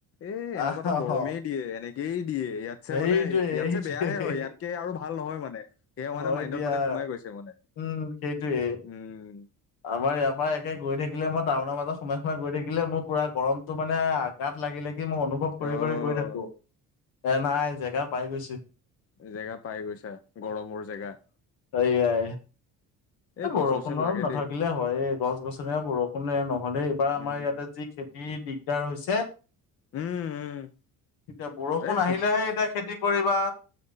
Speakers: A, on the left; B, on the left.
A: এ এনেকুৱাতো
B: আহ
A: গৰমেই দিয়ে এনেকে। দিয়ে ইয়াতছে
B: সেইটোৱে
A: মানে ইয়াতছে
B: সেইটোৱে।
A: বেয়াহে হয় ইয়াতকে আৰু ভাল নহয় মানে সেয়া মানে
B: হয়
A: মাইণ্ডত
B: দিয়া
A: মানে সোমাই গৈছে মানে
B: উম সেইটোয়ে।
A: উম
B: আমাৰ ইয়াৰ পৰা একে গৈ থাকিলে মই টাউনৰ ব সোমাই সোমাই গৈ থাকিলে মোৰ পুৰা গৰমতটো মানে আঘাত লাগিল লাগি। মই অনুভৱ কৰি
A: আহ
B: কৰি গৈ থাকো এ নাই জেগা পাই গৈছোহি।
A: জেগা পাই গৈছা গৰমৰ জেগা
B: সেইযাই এই
A: গছ
B: বৰষুণৰ
A: গছনি লাগে
B: নাথাকিলে
A: দেই
B: হয় এই গছ গছনিয় বৰষুণে নহলে এইবাৰ আমাৰ
A: উম
B: ইয়াতে যি খেতি দিগদাৰ হৈছে।
A: উম উম
B: এতিয়া বৰষুণ
A: এই
B: আহিলেহে এতিয়া খেতি কৰিবা।